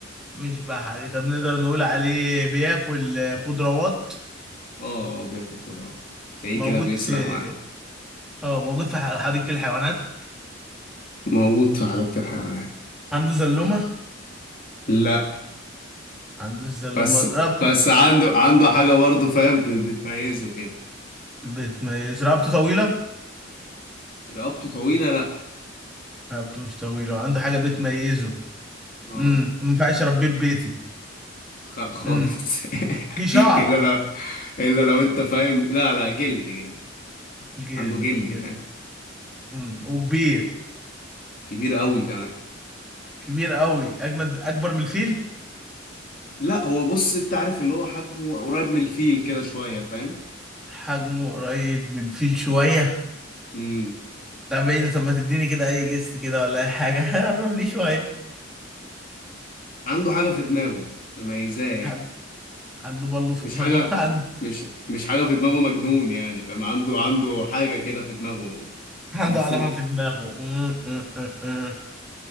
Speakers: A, in the centre; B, on the left (about 45°).
A: مش بحري طب نقدر نقول عليه بياكل آه، خضروات
B: اه اه بياكل خضروات تلاقيه
A: موجود
B: كده بيسرح
A: في
B: معانا
A: اه موجود في ح- حديقة الحيوانات
B: موجود في حديقة الحيوانات
A: عنده زلومة
B: لا
A: عنده الزلومة
B: بس
A: رقبته
B: بس عنده عنده حاجة برضه فاهم بت- بتميزه كده
A: بتميز رقبته طويلة
B: رقبته طويلة لا
A: رقبته مش طويلة عنده حاجة بتميزه
B: اه
A: امم ما ينفعش اربيه في بيتي
B: خ- خالص
A: امم
B: <laughs>
A: في شعر
B: الا لو الا لو انت فاهم لا لا جلد جلد
A: جامد
B: عنده جلد
A: جامد.
B: فاهم
A: مم. وكبير
B: كبير قوي كمان
A: كبير قوي اجمد اكبر من الفيل
B: لا هو بص انت عارف اللي هو حجمه قريب من الفيل كده شويه فاهم
A: حجمه قريب من الفيل شويه
B: امم
A: لا بعيد طب ما تديني كده اي جست كده ولا اي حاجه <laughs> قرب لي شويه
B: عنده حاجه في دماغه مميزاه يعني
A: عن- عنده بالو في
B: مش
A: دماغه
B: حاجه
A: <laughs> عن-
B: مش مش حاجه في دماغه مجنون يعني فاهم عنده عنده حاجه كده في دماغه
A: عنده
B: من فوق
A: علامه في دماغه مم، مم، مم، مم.